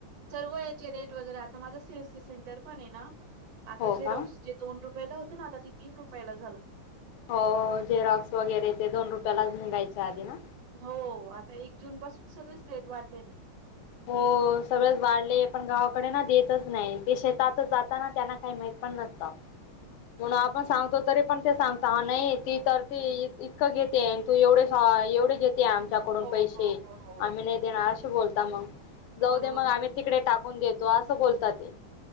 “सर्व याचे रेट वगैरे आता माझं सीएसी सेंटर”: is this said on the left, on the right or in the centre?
Right